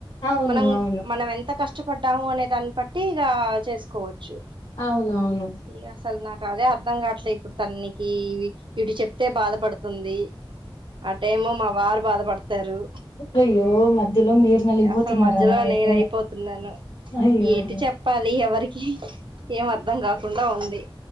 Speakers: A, on the left; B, on the right.
A: అవును
B: మనం
A: అవును
B: మనం ఎంత కష్ట ప పడ్డాము అనే దాన్ని బట్టి ఇగ చేసుకోవచ్చు
A: అవును అవును
B: ఇగ అసలు నాకు అదే అర్ధం కావట్లే ఇప్పుడు తనికి వీ ఇటు చెప్తే బాధపడుతుంది ఆ టైము మా వారు బాధపడుతు సరు
A: అయ్యో మధ్యలో మీరు నలిగిపోతున్నారు
B: అసలు మధ్యలో
A: అలాగైతే
B: నేన అయిపోతున్నాను
A: అయ్యో
B: ఏటి
A: అయ్యో
B: చెప్పాలి ఎవరికి ఏం అర్థం కాకుండా ఉంది